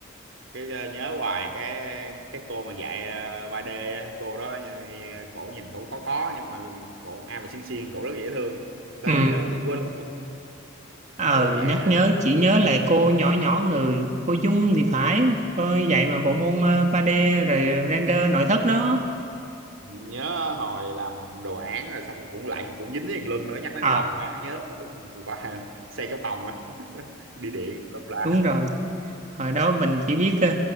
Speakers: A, on the right; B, on the right.
A: cái ờ, nhớ hoài cái cái cô mà dạy ờ, 3D á cô đó như- như- cổ nhìn cổ khó khó nhưng mà cổ ai mà xinh xinh cổ rất là dễ thương tên
B: ừ
A: gì đâu tiện quên rồi
B: ờ
A: cô mà dạy
B: nhắc
A: ờ,
B: nhớ chỉ nhớ lại cô nhỏ nhỏ người cô Dung thì phải cô dạy mà bộ môn ờ, 3D rồi render nội thất đó
A: nhớ hồi làm đồ án rồi xong cũng lại cũng dính với thằng Luân nữa nhắc đến
B: ờ
A: làm đồ án nhớ qua <laughs> xây cái phòng á <laughs> đi điện lâm la
B: đúng rồi hồi đó mình chỉ biết ờ,